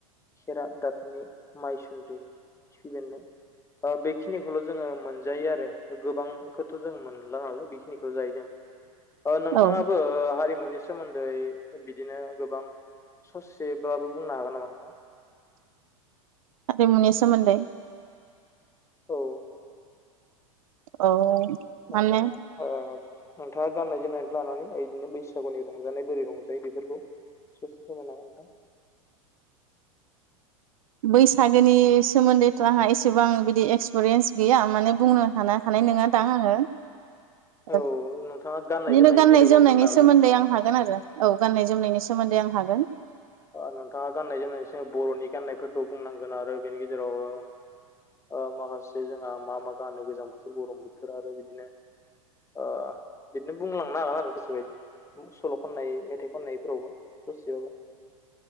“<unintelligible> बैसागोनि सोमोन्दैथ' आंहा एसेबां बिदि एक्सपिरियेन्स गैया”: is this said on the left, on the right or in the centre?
Right